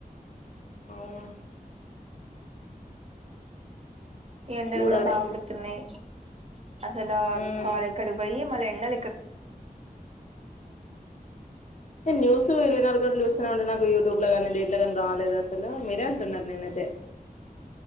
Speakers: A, on the left; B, on the right.
A: అవునా
B: ఈ ఎండలు
A: చూడాలి
B: కూడా బాగుగుడుతున్నాయి. అసలా
A: నేను
B: కాలేక్కడ పోయి మల్ల ఎండాలే
A: న్యూస్ ఇరవై నాలుగు గంటలు చుస్ నే ఉండు నా యూట్యూబ్ లో గానీ దేట్లో గాని రాలేదు అసలు మీరే అంటున్నారు నేనైతే